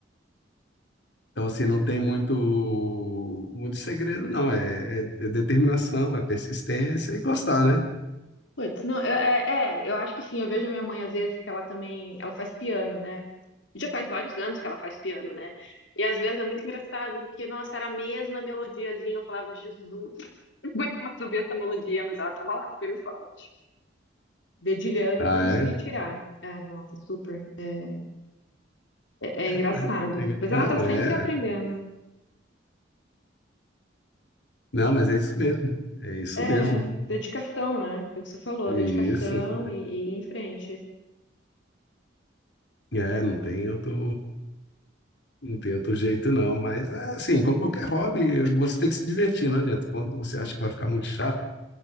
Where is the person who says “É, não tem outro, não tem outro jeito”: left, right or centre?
Left